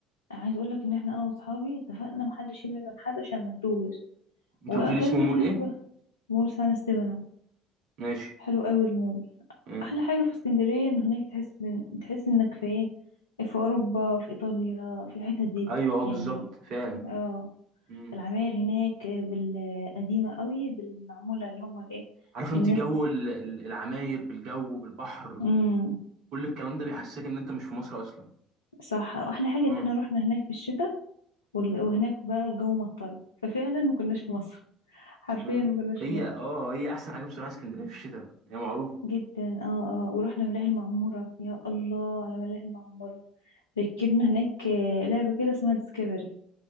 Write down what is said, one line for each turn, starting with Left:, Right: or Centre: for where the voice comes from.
Left: عايز اقول لك ان احنا انا واصحابي اتفقنا محدش يبعد عن حد عشان ما نتوهش
Right: أنت
Left: واكلنا
Right: قلت لي اسمه مول
Left: هناك
Right: إيه؟
Left: بقى مول سان ستيفانو
Right: ماشي
Left: حلو قوي المول
Right: آه.
Left: احلى حاجه في اسكندريه ان هناك تحس إن تحس انك في ايه في اوروبا في ايطاليا في الحتت دي
Right: أيوه أه
Left: يعني
Right: بالظبط فعلا
Left: اه
Right: مم.
Left: العماير هناك بالقديمه قوي بالمعموله اللي هم الايه
Right: عارف أنت
Left: الناس
Right: جو ال- ال- العماير بالجو بالبحر بال...
Left: امم
Right: كل الكلام ده بيحسسك إن أنت مش في مصر أصلا
Left: صح واحلى حاجه
Right: مم.
Left: ان احنا رحنا هناك في الشتاء والج- وهناك بقى الجو مطر ففعلا ما كناش في مصر <laughs> حرفيا
Right: مم.
Left: ما كناش
Right: هي
Left: في مصر
Right: أه هي أحسن حاجة بصراحة اسكندرية في الشتاء هي معروفة
Left: جدا اه اه ورحنا ملاهي المعموره يا الله على ملاهي المعموره ركبنا هناك آه، لعبه كده اسمها ديسكفري